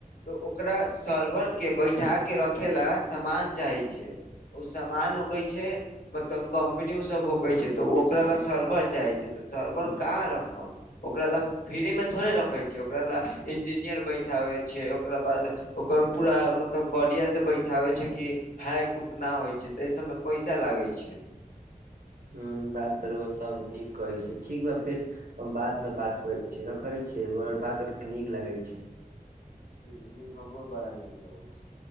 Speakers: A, on the left (about 70°); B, on the right (about 80°).
A: तऽ ओकरा सर्वर के बैठा के रखे ला समान चाहे छै। ओ सामान होक छै, मतलब कम्पनी उ सब होक छै, तऽ ओ ओकरा लए सर्वर चाहै छै, तऽ सर्वर कहां रखम, ओकरा लए फ्री में थोड़े रखे छियै ओकरा लए, इंजीनियर बैठाबे छै ओकरा बाद ओकर पूरा मतलब बढ़िया से बैठाबै छै कि। हाइक- उक ना होइ छै, तऽ एहि सभमे पैसा लागैत छै।
B: ह बात तऽ रोआ सब नीक कहै छै, ठीक बा फेर हम बाद मे बात करै छीयै, रखे छियै बात नीक लगै छै।
A: जी नीक हमरो बड़ा नीक लगै छै।